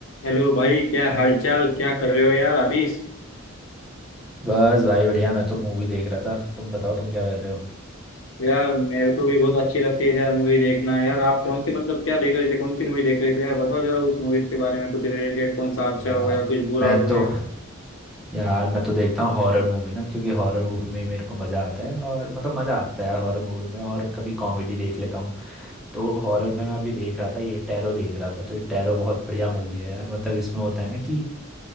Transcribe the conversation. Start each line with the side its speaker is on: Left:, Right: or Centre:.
Left: Hello भाई क्या हालचाल क्या कर रहे हो यार अभी
Centre: बस भाई बढ़िया मैं तो मूवी देख रहा था तुम बताओ तुम क्या कर रहे हो
Left: यार मेरे को भी बहुत अच्छी लगती है यार मूवी देखना यार आप कौन सी मतलब क्या देख रहे थे कौन सी मूवी देख रहे थे यार बताओ जरा उस मूवी के बारे में कुछ रिलेटेड कौन सा अच्छा
Centre: यार
Left: हो गया कुछ बुरा
Centre: मैं
Left: हो गया
Centre: तो यार मैं तो देखता हूँ हॉरर मूवी ना क्योंकि हॉरर मूवी में ही मेरे को मज़ा आता है और मतलब मज़ा आता है हॉरर मूवी में और कभी कॉमेडी देख लेता हूँ तो हॉरर में मैं अभी देख रहा था ये टैरो देख रहा था तो ये टैरो बहुत बढ़िया मूवी है यार मतलब इसमें होता है ना कि